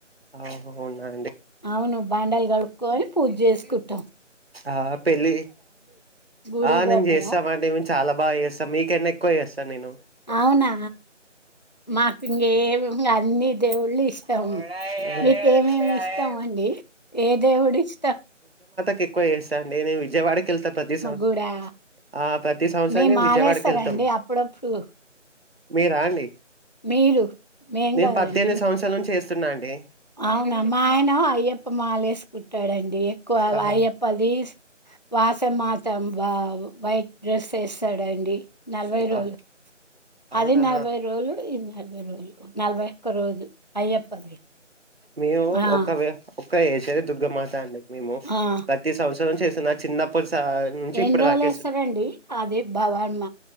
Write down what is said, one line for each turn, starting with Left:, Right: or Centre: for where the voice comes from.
Right: అహహోనా
Left: అవును బండలు గడుక్కోనీ పూజే స్కూటం
Right: ఆ పెళ్ళి
Left: గుడికి
Right: ఆ నేను
Left: పోతారా
Right: చేస్తామండి మేము చాలా బాగా చేస్తాం మీకన్న ఎ క్కువ చేస్తా నేను
Left: అవునా మాకుంగే మ్మ్ గాద్ అన్ని దేవుళ్ళు ఇష్టం
Right: ఆహా
Left: మీకేమేమి ఇష్టం అండి ఏ దేవుడు ఇస్ట
Right: కెక్కువ చేస్తాను ఏ దేవు విజయవాడకి వెళ్తా ప్రతి సంవత్స
Left: గుడా
Right: ఆ ప్రతి సంవత్సరానికి
Left: మేము మాలేస్తారండి
Right: విజయవాడకి వెళ్తాం
Left: అప్పుడప్పుడు.
Right: మీరా అండి
Left: మీరు మేం
Right: నేను
Left: గాదండి.
Right: పద్దెనిమిది సంవత్సరాల నుంచి ఏస్తున్నండి డి
Left: అవునా మా ఆయన అయ్యప్ప మాల ఏసుకుంటాడండి డి ఎక్కువ అవ్
Right: ఆహా
Left: అయ్యప్ప ది వాసం మాత్రం వా వైట్ డ్రెస్ వేస్తాడండి నలభై రోజులు
Right: ఆ, అవునా
Left: అది నలభై రోజులు ఇది నలభై రోజులు నలభై ఒక్క రోజు అయ్యప్పది
Right: మేము
Left: ఆ!
Right: ఒక్క వీ ఓ స్త ఏసేది దుర్గమాత అండి మేము
Left: ఆ!
Right: ప్రతి సంవత్సరం చేస్తున చిన్నప్పటి నుంచి సా నుంచి
Left: ఎన్ని
Right: ఇప్పుడు
Left: రోజులేస్తారండి
Right: దాకా ఏస్తున్న
Left: అది భవన్మ